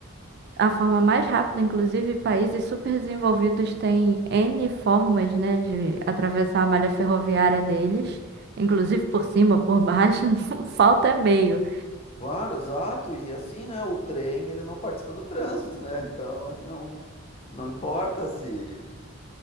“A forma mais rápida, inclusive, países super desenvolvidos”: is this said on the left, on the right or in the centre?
Right